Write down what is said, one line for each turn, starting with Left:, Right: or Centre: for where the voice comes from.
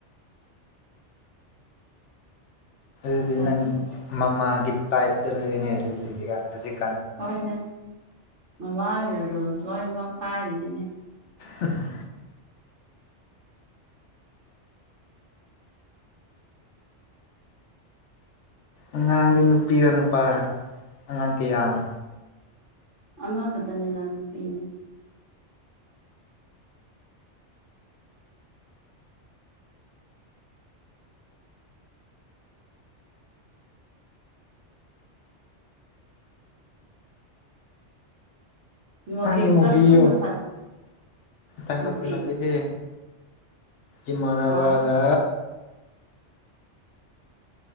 Left: ꯑꯗꯨꯗꯤ
Right: ꯆꯠꯁꯨ
Left: ꯅꯪ ꯃꯃꯥꯒꯤ ꯇꯥꯏꯞꯇ ꯂꯩꯔꯤꯅꯦ ꯑꯗꯨ ꯍꯧꯀ ꯍꯧꯖꯤꯛ
Right: ꯍꯣꯏꯅꯦ ꯃꯃꯥꯡꯒꯤꯗ ꯔꯣꯜꯁ ꯂꯣꯏꯅꯃꯛ ꯄꯥꯏꯔꯤꯅꯤꯅꯦ
Left: ꯎꯝ ꯑꯉꯥꯡꯗꯤ ꯅꯨꯄꯤꯔ ꯅꯨꯄꯥꯔ ꯑꯉꯥꯡ ꯀꯌꯥꯅꯣ
Right: ꯑꯃ ꯈꯛꯇꯅꯤꯗ ꯅꯨꯄꯤꯅꯦ ꯋꯥꯛꯀꯤꯡ
Left: ꯑꯪ ꯃꯨꯚꯤꯨ
Right: ꯆꯠꯄꯗꯨ ꯅꯊꯟ
Left: ꯇꯪ
Right: ꯅꯨꯕꯤ
Left: ꯀꯇ ꯅꯠꯇꯦ ꯍꯦ ꯏꯃꯅꯕꯒ
Right: ꯍꯥ